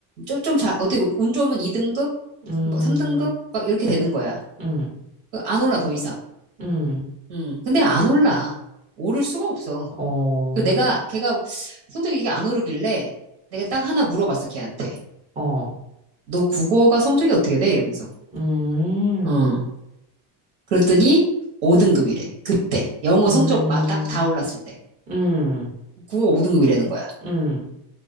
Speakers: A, on the right; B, on the right.
A: 좀, 좀 잘, 어떻게, 운 좋으면 2등급?
B: 음,
A: 뭐 3등급? 막 이렇게 되는 거야.
B: 음,
A: 그안 올라, 더 이상.
B: 음,
A: 음, 근데 안 올라. 오를 수가 없어.
B: 어,
A: 그 내가, 걔가 성적이 이게 안 오르길래 내가 딱 하나 물어봤어, 걔한테.
B: 어,
A: 너 국어가 성적이 어떻게 돼? 이러면서.
B: 음,
A: 어. 그랬더니 5등급이래. 그때. 영어
B: 음,
A: 성적 딱 다 올랐을 때.
B: 음,
A: 국어 5등급이라는 거야.
B: 음.